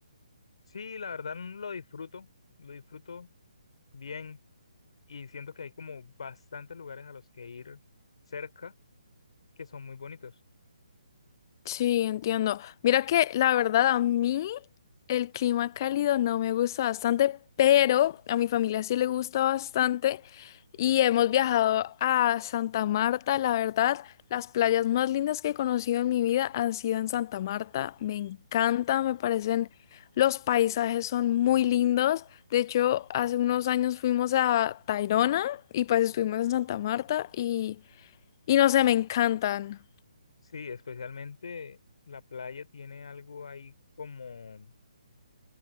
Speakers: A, on the left; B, on the left.
A: Sí, la verdad mm, lo disfruto, lo disfruto bien y siento que hay como bastantes lugares a los que ir cerca que son muy bonitos.
B: Sí, entiendo. Mira que la verdad a mí el clima cálido no me gusta bastante, pero a mi familia sí le gusta bastante y hemos viajado a Santa Marta. La verdad, las playas más lindas que he conocido en mi vida han sido en Santa Marta. Me encanta, me parecen, los paisajes son muy lindos. De hecho, hace unos años fuimos a Tayrona y pues estuvimos en Santa Marta y, y no sé, me encantan.
A: Sí, especialmente la playa tiene algo ahí como